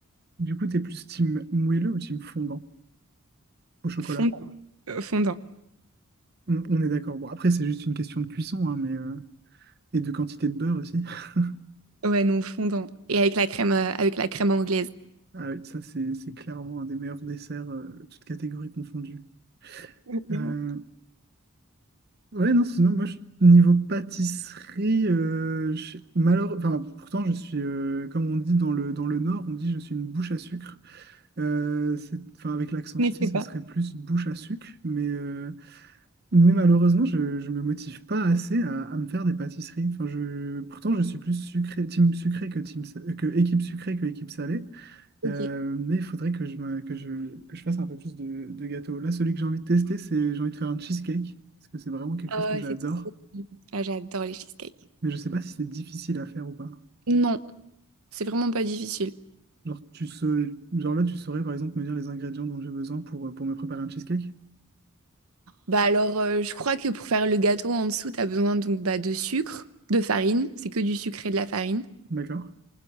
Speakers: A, on the right; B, on the right.
A: Du coup, t'es plus team moelleux ou team fondant au chocolat?
B: Fondant. Euh, fondant.
A: On, on est d'accord. Bon, après, c'est juste une question de cuisson, hein, mais, euh, et de quantité de beurre aussi. <laughs>
B: Ouais, non, fondant. Et avec la crème, euh, avec la crème anglaise.
A: Ah oui, ça, c'est c'est clairement un des meilleurs desserts, euh, toutes catégories confondues.
B: Vraiment.
A: Euh, ouais, non, sinon, moi, je- niveau pâtisserie, euh, je- malheure- enfin, pourtant, je suis, euh, comme on dit dans le, dans le Nord, on dit je suis une bouche à sucre. Euh, c'est- enfin, avec l'accent
B: Mais
A: ch'ti,
B: c'est
A: ce
B: pas.
A: serait plus bouche à sucre, mais, euh, Mais malheureusement, je, je me motive pas assez à, à me faire des pâtisseries. Enfin, je, pourtant, je suis plus sucré, team sucré que team, sa- que équipe sucrée que équipe salée.
B: Ok.
A: Euh, mais il faudrait que je, me- que je, que je fasse un peu plus de, de gâteaux. Là, celui que j'ai envie de tester, c'est j'ai envie de faire un cheesecake parce que c'est vraiment quelque
B: Oh,
A: chose que j'adore.
B: c'est trop. bon. Ah, j'adore les cheesecakes.
A: Mais je sais pas si c'est difficile à faire ou pas.
B: Non, c'est vraiment pas difficile.
A: Genre, tu sais, genre là, tu saurais par exemple me dire les ingrédients dont j'ai besoin pour, pour me préparer un cheesecake.
B: Bah alors, euh, je crois que pour faire le gâteau en dessous, t'as besoin donc bah, de sucre, de farine. C'est que du sucre et de la farine.
A: D'accord?